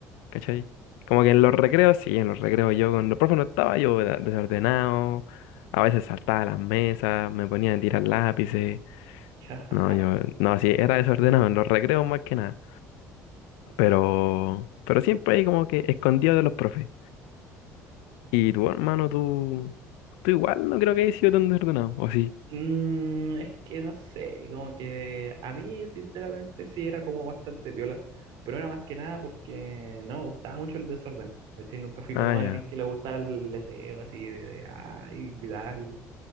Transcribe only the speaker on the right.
Ya.
Mm, es que no sé, como que a mí sinceramente sí era como bastante piola, pero era más que nada porque no me gustaba mucho el desorden, ¿cachai? Nunca fui
como
alguien que le gustara el deseo así de, de, ay, gritar y...